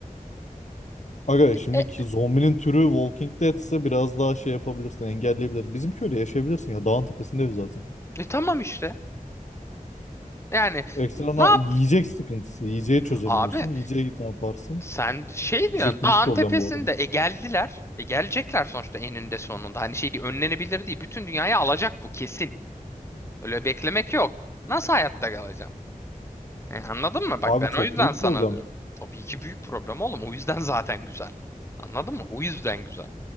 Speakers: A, on the left (about 55°); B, on the left (about 20°).
A: Aga şimdiki
B: E,
A: zombinin türü Walking Dead ise biraz daha şey yapabilirsin engelleyebilirsin. Bizim köyde yaşayabilirsin ya dağın tepesinde ev zaten.
B: e tamam işte. Yani
A: Ekstrana
B: n- ne yap?
A: yiyecek sıkıntısı. Yiyeceği çözemiyorsun.
B: Abi
A: Yiyeceğe git ne yaparsın?
B: sen şey diyorsun
A: Yiyecek büyük
B: dağın
A: problem
B: tepesinde
A: bu arada.
B: e geldiler. E gelecekler sonuçta eninde sonunda. Hani şey değil, önlenebilir değil. Bütün dünyayı alacak bu kesin. Öyle beklemek yok. Nasıl hayatta kalacaksın? E, anladın mı? Bak
A: Abi
B: ben
A: çok
B: o yüzden
A: büyük
B: sana
A: problem.
B: diyorum. Tabii ki büyük problem oğlum. O yüzden <laughs> zaten güzel. Anladın mı? O yüzden güzel.